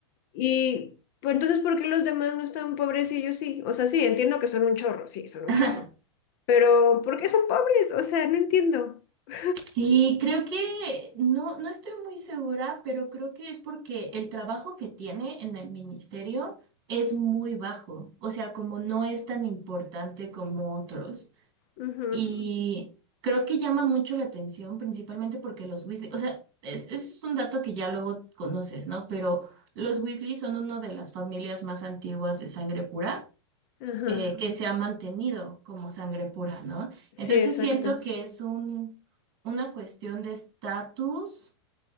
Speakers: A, on the left; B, on the right.
A: Y pues entonces, ¿por qué los demás no están pobres y ellos sí? O sea, sí, entiendo que son un chorro, sí, son un
B: <laughs>
A: chorro. Pero, ¿por qué son pobres? O sea, no entiendo. <laughs>
B: Sí, creo que no, no estoy muy segura, pero creo que es porque el trabajo que tiene en el ministerio es muy bajo, o sea, como no es tan importante como otros.
A: Ujú,
B: Y creo que llama mucho la atención, principalmente porque los Weasley, o sea, es, es un dato que ya luego conoces, ¿no? Pero los Weasley son una de las familias más antiguas de sangre pura
A: Ajá.
B: eh, que se ha mantenido como sangre pura, ¿no?
A: Sí,
B: Entonces
A: exacto.
B: siento que es un, una cuestión de estatus,